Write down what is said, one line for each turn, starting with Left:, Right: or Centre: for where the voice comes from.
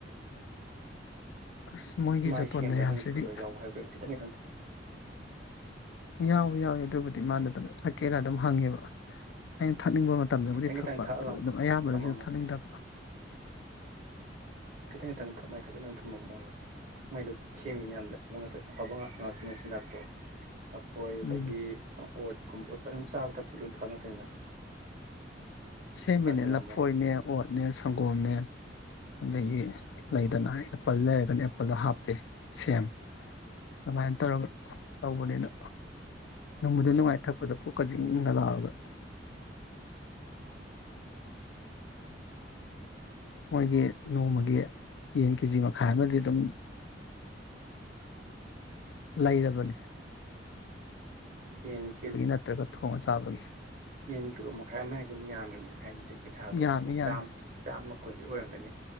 Left: ꯑꯁ ꯃꯣꯏꯒꯤ
Right: ꯃꯥꯏ
Left: ꯖꯄꯣꯟ
Right: ꯁꯦꯝꯕꯗ
Left: ꯃꯌꯥꯝꯁꯤꯗꯤ
Right: ꯅꯪꯁꯨ ꯈꯔ ꯈꯔ ꯌꯥꯎꯕ ꯍꯥꯏꯕ ꯀꯩꯅꯣ ꯈꯤꯇꯪ ꯈꯤꯇꯪ
Left: ꯌꯥꯎ ꯌꯥꯎꯋꯦ ꯑꯗꯨꯕꯨ ꯃꯥꯅ ꯑꯗꯨꯝ ꯊꯛꯀꯦꯔ ꯑꯗꯨꯝ ꯍꯪꯉꯦꯕ ꯑ ꯊ <unintelligible> ꯊꯛꯅꯤꯡꯕ ꯃꯇꯝꯗꯕꯨꯗꯤ
Right: ꯈꯤꯇꯪ
Left: ꯊꯛꯄ
Right: ꯈꯤꯇꯪ ꯊꯛꯍꯜꯂꯝꯃꯨ
Left: ꯑꯗꯨ ꯑꯗꯨꯝ ꯑꯌꯥꯝꯕꯅꯁꯨ
Right: ꯊꯝꯃꯝꯃꯣ
Left: ꯊꯛꯅꯤꯡꯗꯕ
Right: ꯇ <unintelligible> ꯊꯛꯅꯏ ꯀꯁꯠ ꯅꯪ ꯊꯨꯝꯃꯝꯃ ꯑꯣꯏꯣ ꯃꯣꯏꯗ ꯁꯦꯝꯃꯤ ꯃꯌꯥꯝꯗ ꯑꯐꯕ ꯑꯐꯕ ꯉꯥꯛ ꯉꯥꯛꯇꯅ ꯆꯤꯟꯖꯥꯛꯇꯣ ꯂꯐꯣꯏ ꯑꯗꯒꯤ
Left: ꯎꯝ
Right: ꯑꯣꯠꯀꯨꯝ ꯑꯣꯠꯄ ꯑꯗꯨꯝ ꯆꯥꯕ ꯊꯛꯄ ꯂꯣꯏ ꯐꯕ ꯅꯠꯇꯅꯤꯗ
Left: ꯁꯦꯝ ꯃꯤꯅꯤ
Right: ꯊꯅꯝꯃꯣ
Left: ꯅ ꯐꯣꯏꯅꯦ ꯑꯣꯠꯅꯦ ꯁꯪꯒꯣꯝꯅꯦ ꯑꯗꯒꯤ ꯂꯩꯗꯅ ꯄꯜ <unintelligible> ꯒꯅꯤ <unintelligible> ꯍꯥꯞꯄꯗꯣ ꯍꯥꯞꯄꯦ ꯁꯦꯝ ꯑꯗꯨꯃꯥꯏꯅ ꯇꯧꯔꯒ ꯇꯧꯕꯅꯤꯅ ꯅꯣꯡꯕꯨꯗꯤ ꯅꯨꯡꯉꯥꯏ ꯊꯛꯄꯗ ꯀꯛꯆꯤꯡꯅ ꯂꯥꯛꯑꯒ ꯃꯣꯏꯒꯤ ꯅꯣꯡꯃꯒꯤ ꯌꯦꯟ ꯀꯦꯖꯤ ꯃꯈꯥꯏ ꯑꯃꯗꯤ ꯑꯗꯨꯝ ꯂꯩꯔꯕꯅꯤ
Right: ꯌꯦꯟ ꯀꯤꯂꯣ
Left: ꯅꯠꯇ꯭ꯔꯒ ꯊꯣꯡꯉ ꯆꯥꯕꯒꯤ
Right: ꯌꯦꯟ ꯀꯤꯂꯣ ꯃꯈꯥꯏ ꯑꯃ ꯍꯥꯏꯁꯦ ꯑꯃꯨꯛ ꯌꯥꯝꯃꯤꯅꯦ ꯍꯥꯏꯕꯗꯤ ꯄꯩꯁꯥꯗꯣ
Left: ꯌꯥꯝꯃꯤ
Right: ꯑꯗꯨꯝ
Left: ꯌꯥꯝꯃꯤ
Right: ꯆꯥꯝꯃ ꯀꯨꯟꯗꯤ ꯑꯣꯏꯔꯝꯒꯅꯤ